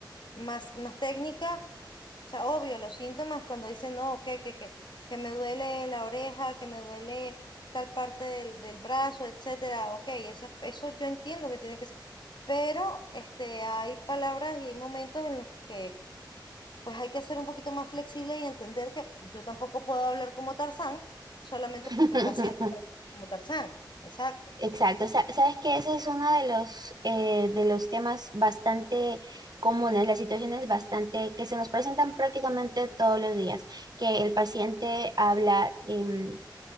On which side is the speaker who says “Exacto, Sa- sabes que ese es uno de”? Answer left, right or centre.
Right